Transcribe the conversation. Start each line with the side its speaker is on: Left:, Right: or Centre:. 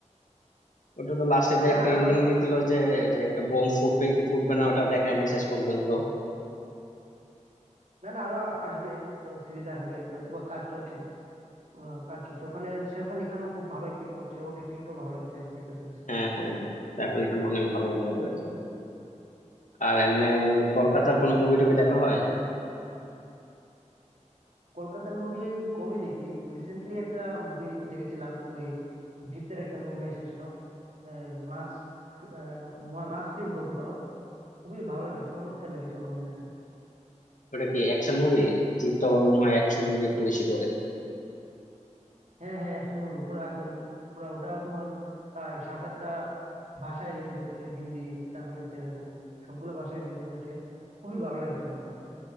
Left: ওটা তো লাস্টে দিয়ে
Right: না
Left: একটা
Right: না
Left: এন্ডিং
Right: আরো
Left: দিছিল যে যে একটা বোম ফুটবে কি ফুটবে না ওটা দেখায়নি শেষ পর্যন্ত
Right: না না আরো আসবে ওটা সিরিজ আসবে হয়তোবা কাজ চলছে ওরা কাজ চলছে ওখানে সেফ আলি খানও খুব ভালো অ্যাক্টিং করেছে ওর অ্যাক্টিংটাও ভালো লেগেছে সেক্রেট গেমস এর
Left: হ্যাঁ
Right: মধ্যে
Left: হ্যাঁ হ্যাঁ সাইফ আলি খান অনেক ভালো অভিনয় করেছে আর এমনি কলকাতার কোনো মুভি টুভি দেখা হয়
Right: কলকাতার মুভি কমই দেখি রিসেন্টলি একটা মুভি দেখেছিলাম ওই জিতের একটা মুভি এসেছিল আহ, মাস আহ, মা- মাস ফিল্ম বলতে পারো খুবই ভালো লেগেছে চমৎকার লেগেছে ওর অভিনয়টা
Left: ওটা কি অ্যাকশন মুভি জিৎ তো আবার মনে হয় অ্যাকশন মুভি একটু বেশি করে
Right: হ্যাঁ হ্যাঁ অ্যাকশন মুভি পুরো একদম পুরো ওটা তোমার প্রায় সাত আটটা ভাষায় রিলিজ হয়েছে হিন্দি তামিল তেলেগু সবগুলো ভাষায় রিলিজ হয়েছে খুবই ভালো লেগেছে মুভিটা